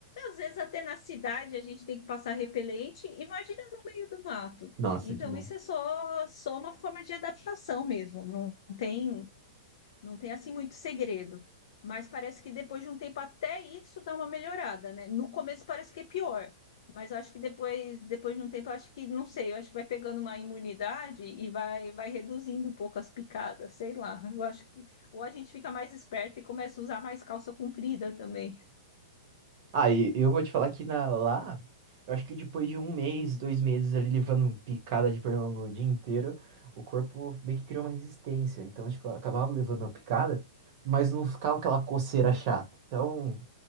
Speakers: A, on the left; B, on the right.
A: Às vezes até na cidade a gente tem que passar repelente, imagina no meio do mato.
B: Nossa,
A: Então,
B: demais.
A: isso é só, só uma forma de adaptação mesmo. Não tem, não tem assim muito segredo. Mas parece que depois de um tempo até isso dá uma melhorada, né? No começo parece que é pior, mas eu acho que depois, depois de um tempo, eu acho que, não sei, eu acho que vai pegando uma imunidade e vai, vai reduzindo um pouco as picadas, sei lá. Eu acho que ou a gente fica mais esperto e começa a usar mais calça comprida também.
B: Aí eu vou te falar que na, lá, eu acho que depois de um mês, dois meses ali levando picada de pernilongo o dia inteiro, o corpo meio que criou uma resistência. Então, tipo, eu acabava levando a picada, mas não ficava aquela coceira chata. Então,